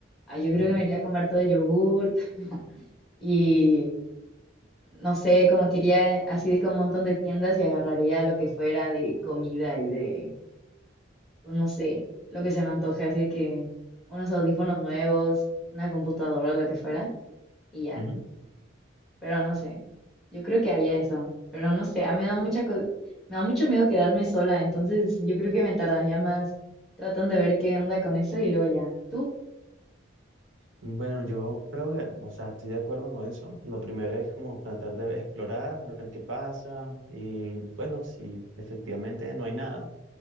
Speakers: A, in the centre; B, on the right.
A: Ah, yo creo
B: Ajá.
A: que me iría a comer todo el yogurt y no sé, como que iría así de que a un montón de tiendas y agarraría lo que fuera de comida y de pues, no sé, lo que se me antoje, así que unos audífonos nuevos, una computadora, lo que fuera, y ya.
B: ujú.
A: Pero no sé, yo creo que haría eso, pero no sé, a mí me da mucha, co- me da mucho miedo quedarme sola, entonces yo creo que me tardaría más tratando de ver qué onda con eso y luego ya. ¿Tú?
B: Bueno, yo creo que, o sea, estoy de acuerdo con eso. Lo primero es como tratar de explorar, ver qué pasa y bueno, si efectivamente no hay nada.